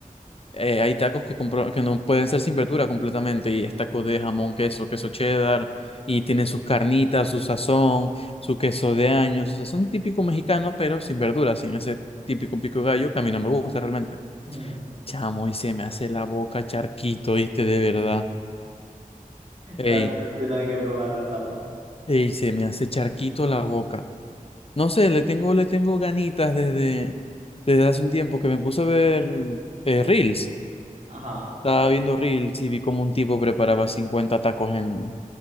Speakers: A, on the left; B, on the right.
A: eh, hay tacos que, compro- que no pueden ser sin verdura completamente y es taco de jamón, queso, queso cheddar y tienen sus carnitas, su sazón, su queso de año, su sazón típico mexicano, pero sin verduras, sin ese típico pico de gallo que a mí no me gusta realmente.
B: Mm,
A: Chamo, y se me hace la boca charquito, ¿viste? De verdad. Ey,
B: también- yo también quiero probar los tacos.
A: ey, se me hace charquito la boca. No sé, le tengo, le tengo ganitas desde, desde hace un tiempo que me puse a ver eh, Reels.
B: Ajá.
A: Estaba viendo Reels y vi como un tipo preparaba 50 tacos en,